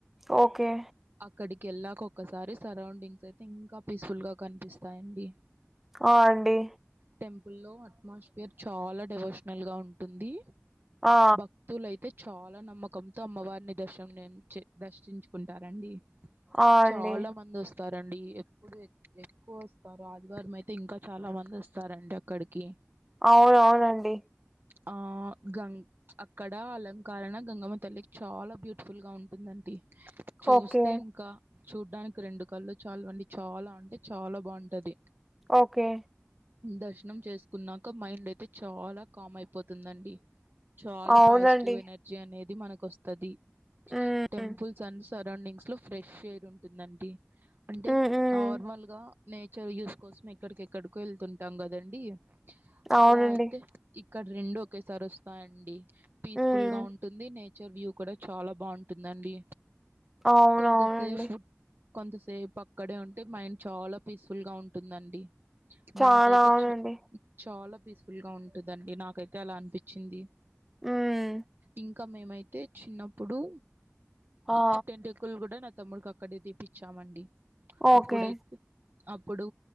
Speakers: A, in the centre; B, on the right.
A: ఓకే
B: అక్కడికి వెళ్ళాక ఒక్కసారి సరౌండింగ్స్ అయితే ఇంకా పీస్ఫుల్గా కనిపిస్తాయండి
A: ఆ అండి
B: టెంపుల్లో అట్మాస్ఫియర్ చాలా డివోషనల్గా ఉంటుంది
A: ఆ
B: భక్తులు అయితే చాలా నమ్మకంతో అమ్మవారిని దర్శనం దర్శించుకుంటారండి
A: ఆ అండి
B: చాలా మంది వస్తు వస్తారండి ఎప్పుడు ఎక్కువ వస్తారు ఆదివారం అయితే ఇంకా చాలా మంది వస్తారండి అక్కడికి
A: అవున అవునండి
B: ఆ గంగ్ అక్కడ అలంకరణ గంగమ్మ తల్లికి చాలా బ్యూటిఫుల్గా ఉంటుందండి చూస్తే
A: ఓకే
B: ఇంకా చూడ్డానికి రెండు కళ్లు చాలవండి చాలా అంటే చాలా బాగుంటది
A: ఓకే
B: దర్శనం చేసుకున్నాక మైండ్ అయితే చాలా కామ్ అయిపోతుందండి చాలా
A: అవునండి
B: పాజిటివ్ ఎనర్జీ అనేది మనకు వస్తుది
A: మ్మ్
B: టెంపుల్ సన్స్ సరౌండింగ్స్లో ఫ్రెష్ ఎయిర్ ఉంటుందండి అంటే
A: మ్మ్ మ్మ్
B: నార్మల్గా నేచర్ యూస్ కోసం ఎక్కడికెక్కడికో వెళ్తుంటాం కదండీ
A: అవునండి
B: అలా అయితే ఇక్కడ రెండు ఒకేసారి వస్తాయండి పీస్ఫుల్గా
A: మ్మ్
B: ఉంటుంది నే వ్యూ కూడా చాలా బాగుంటుందండి
A: అవును
B: కొంతసేపు
A: అవునండి
B: కొంతసేపు అక్కడే ఉంటే మైండ్ చాలా పీస్ఫుల్గా ఉంటుందండి
A: చాలా
B: నాకైతే
A: అవునండి
B: చ చాలా పీస్ఫుల్గా ఉంటుందండి నాకైతే అలా అనిపించింది
A: మ్మ్
B: ఇంకా మేమైతే చిన్నప్పుడు
A: ఆ
B: పుటుంట స్కూల్ కూడా నా తమ్ముడికి అక్కడే తీపించామండి
A: ఓకే
B: అప్పుడైతే అప్పుడు